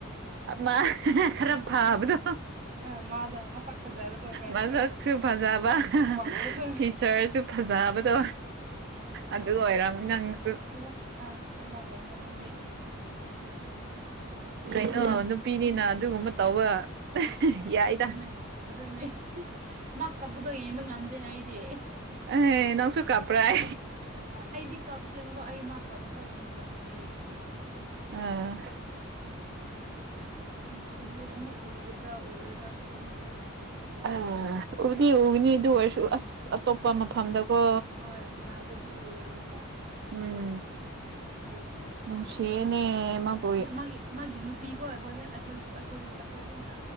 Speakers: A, on the right (about 55°); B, on the right (about 35°).
A: ꯃꯥ ꯈꯔ ꯐꯥꯕꯗꯣ
B: ꯎꯝ ꯑ ꯃꯥꯗꯣ ꯃꯁꯛ ꯐꯖꯕꯗꯣ ꯀꯥꯏꯅꯀꯣ
A: ꯃꯥꯁ ꯁꯨ ꯐꯖꯕ
B: ꯋꯥꯡꯕꯗꯣ
A: ꯐꯤꯆꯔꯁꯨ ꯐꯖꯕꯗꯣ ꯑꯗꯨ ꯑꯣꯏꯔꯝ ꯅꯪꯁꯨ
B: ꯏꯕꯟ ꯑꯥ ꯑꯃ ꯑꯣꯏꯔꯝꯅꯦ ꯑꯗꯨꯗꯤ
A: ꯀꯩꯅꯣ
B: ꯃꯥ
A: ꯅꯨꯄꯤꯅꯤꯅ
B: ꯎꯝ
A: ꯑꯗꯨꯒꯨꯝꯕ ꯇꯧꯕ ꯌꯥꯏꯗ
B: ꯑꯗꯨꯅꯦ ꯑꯗꯨꯅꯦ ꯃꯥ ꯀꯄꯗꯣ ꯌꯦꯡꯕ ꯉꯝꯗꯦꯅꯦ ꯑꯩꯗꯤ
A: ꯑꯍ ꯅꯪꯁꯨ ꯀꯄ꯭ꯔꯑ
B: ꯑꯩꯗꯤ ꯀꯥꯞꯗꯦꯕꯀꯣ ꯑꯩ ꯃꯥ ꯀꯥꯕ ꯐꯥꯎ ꯌꯦꯡꯕ ꯉꯝꯗꯕ
A: ꯑ
B: ꯅꯨꯡꯁꯤꯌꯦ ꯑꯃꯨꯛ ꯎꯒꯗ꯭ꯔꯥ ꯎꯔꯣꯏꯗ꯭ꯔꯥꯁꯨ ꯈꯪꯗ꯭ꯔꯦ
A: ꯑ ꯎꯗꯤ ꯎꯒꯅꯤ ꯑꯗꯨ ꯑꯣꯏꯔꯁꯨ ꯑꯁ ꯑꯇꯣꯞꯄ ꯃꯐꯝꯗꯀꯣ
B: ꯍꯣꯏ ꯁꯣꯅꯥꯕꯨꯗꯤ ꯎꯔꯣꯏꯕꯀꯣ
A: ꯎꯝꯦꯅꯦꯃꯌ
B: ꯑꯗꯨꯒꯤꯅꯤ ꯅꯨꯡꯉꯥꯏꯇꯕꯗꯣ ꯃꯥꯒꯤ ꯃꯥꯒꯤ ꯅꯨꯄꯤ ꯐꯥꯎ ꯑꯩꯈꯣꯏ ꯑꯩꯈꯣꯏ ꯑꯩꯈꯣꯏ ꯑꯩꯈꯣꯏ ꯍꯦꯟꯅ